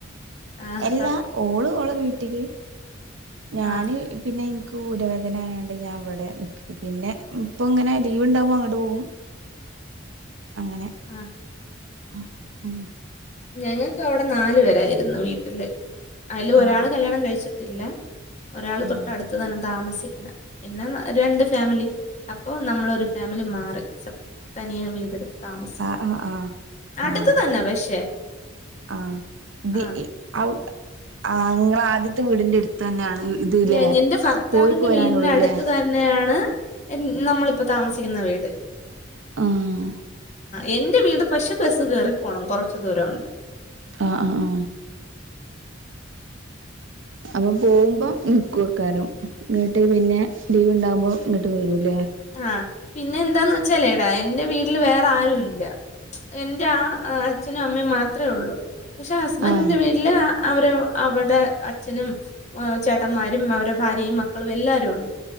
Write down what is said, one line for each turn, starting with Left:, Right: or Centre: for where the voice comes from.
Left: ആഹാ
Right: എല്ലാ ഓള് ഓളെ വീട്ടില് ഞാന്
Left: ആഹ്
Right: പിന്നെ ഇ ക്കൂരവേദനായോണ്ട് ഞാൻ ഇവ്ടെ നിക്കു പിന്നെ ഇപ്പൊ ഇങ്ങനെ ലീവ് ഉണ്ടാവുമ്പോ അങ്ങോട്ട് പോകും അങ്ങനെ
Left: ആഹ്
Right: മ് ഉം
Left: ഞങ്ങക്ക് അവിടെ നാലു പേരായിരുന്നു വീട്ടില് അയില് ഒരാള്
Right: ആഹ്
Left: കല്യാണം കഴിച്ചിട്ട് ട്ടില്ല ഒരാള്
Right: ഉം
Left: തൊട്ടടുത്ത് തന്നെ താമസ് <unintelligible> പിന്നെ <unintelligible> രണ്ട് ഫാമിലി അപ്പൊ നമ്മളൊരു ഫാമിലി മാറി സപ് തനിയെ വീടെടുത്ത് താമസിച്ച്
Right: ആഹ് ആഹ് ആഹ്
Left: അടുത്ത്
Right: ആഹ്
Left: തന്നെ പക്ഷെ
Right: ആഹ് ദി
Left: ആഹ്
Right: ഇ അവടെ ആ ഇങ്ങളെ ആദ്യത്തെ വീടിന്റെടുത്ത് തന്നെയാണ് ഇത്
Left: <unintelligible>
Right: ല്ലേ
Left: എന്റെ ഫറ്ത്താവിന്റെ
Right: പോയി പോരാനുള്ളൂല്ലേ
Left: വീടിനട്ത്ത് തന്നെയാണ് <unintelligible> നമ്മളിപ്പോ താമസിക്കുന്ന വീട്
Right: ആഹ്
Left: എന്റെ വീട് പക്ഷെ ബസ്സ് കേറി പോകണം കുറച്ച ദൂരം ഉണ്ട്
Right: ആ ആ ആ അപ്പൊ പോകുമ്പം നിക്കു യ്ക്കാരും ഇങ്ങോട്ട് പിന്നെ ലീവ് ഉണ്ടാവുമ്പോം ഇങ്ങോട്ട് വരൂല്ലേ
Left: ആ പിന്നെ എന്താന്ന് വച്ചാലേടാ എൻ്റെ വീട്ടില് വേറെ ആരുല്ല <unintelligible> എന്റെ ആഹ് ആ അച്ഛനും അമ്മയും മത്രേള്ളൂ പക്ഷെ ഹസ്സ്ബന്റെ
Right: ആഹ്
Left: വീട്ടില് ആ അവരെവ് അവ്ടെ അച്ഛനും <unintelligible> ചേട്ടന്മാരും അവരെ ഫാര്യയും മക്കളും എല്ലാരും ഒണ്ട്